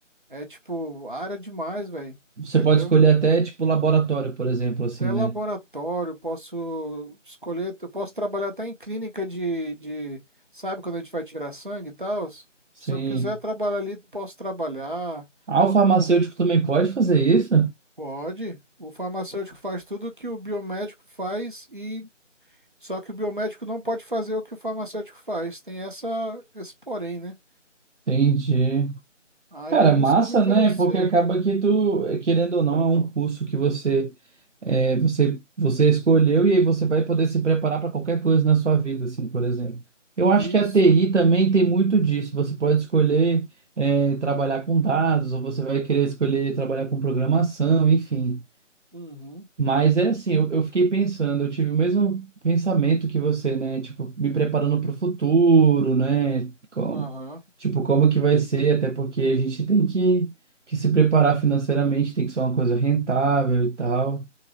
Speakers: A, on the right; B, on the right.
A: É, tipo, área demais, velho,
B: Você
A: entendeu?
B: pode escolher até tipo laboratório, por exemplo, assim,
A: Até laboratório,
B: né?
A: posso escolher, eu posso trabalhar até em clínica de, de, sabe, quando a gente vai tirar sangue e tal?
B: Sim.
A: Se eu quiser trabalhar ali, posso trabalhar.
B: Ah, o farmacêutico também pode fazer isso?
A: Pode. O farmacêutico faz tudo o que o biomédico faz e só que o biomédico não pode fazer o que o farmacêutico faz. Tem essa esse porém, né?
B: Entendi.
A: Aí
B: Cara,
A: por
B: massa,
A: isso que eu me interessei.
B: né? Porque acaba que tu, querendo ou não, é um curso que você, é, você, você escolheu e aí você vai poder se preparar para qualquer coisa na sua vida, assim, por exemplo. Eu acho
A: Isso.
B: que a TI também tem muito disso. Você pode escolher, é, trabalhar com dados, ou você vai querer escolher trabalhar com programação, enfim.
A: Uhum.
B: Mas é assim, eu, eu fiquei pensando, eu tive o mesmo pensamento que você, né? Tipo, me preparando para o futuro, né? Como,
A: Aham.
B: tipo, como que vai ser, até porque a gente tem que, que se preparar financeiramente, tem que ser uma coisa rentável e tal.